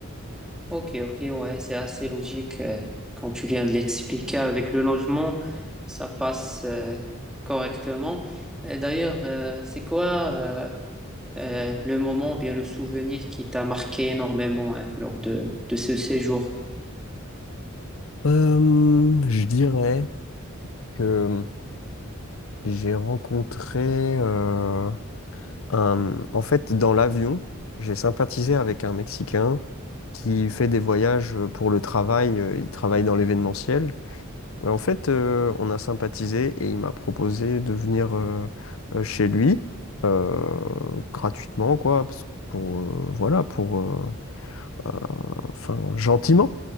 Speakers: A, in the centre; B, on the left (about 70°).
A: Ok, ok, ouais, c'est assez logique. euh, quand tu viens de l'expliquer avec le logement, ça passe euh, correctement. Et d'ailleurs, euh, c'est quoi... euh, euh, le moment ou bien le souvenir qui t'a marqué énormément hein, lors de, de ce séjour?
B: Euh, je dirais que j'ai rencontré euh, un... En fait, dans l'avion, j'ai sympathisé avec un Mexicain qui fait des voyages pour le travail. Euh, Il travaille dans l'événementiel. Mais en fait, euh, on a sympathisé et il m'a proposé de venir euh, euh, chez lui euh, gratuitement, quoi, parce que pour, euh, voilà, pour, euh, euh, enfin, gentiment.